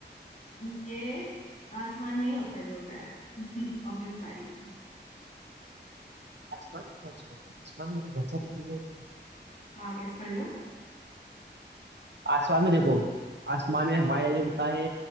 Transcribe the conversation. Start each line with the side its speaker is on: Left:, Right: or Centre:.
Left: अब। ये आसमान में ही होता है जो होता है <laughs> अब नहीं बता रही
Right: आसमान पहुंच गए आसमान में तो बहुत सारी चीजें होती हैं।
Left: हाँ गैस कर लो
Right: आसमान में देखो आसमान में हवाई जहाज उड़ता है